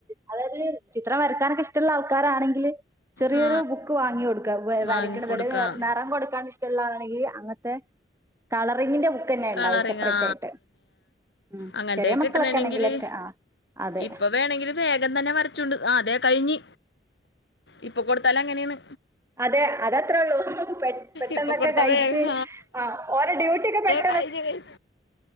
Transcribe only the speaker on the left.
ആ
വാങ്ങിക്കൊടുക്കാം
കളറിംഗ്
ആ
അങ്ങനത്തെ
കിട്ടണ്
ണെങ്കില്
ഇപ്പം വേണങ്കിലും വേഗ ന്നെ വർച്ചോണ്ട് തെ കഴിഞ്ഞ് ഇപ്പോ കൊടുത്താലങ്ങനെയാണ്
ഇപ്പൊ കൊടുത്ത
വേഗം
കഴിഞ്ഞു കഴിഞ്ഞു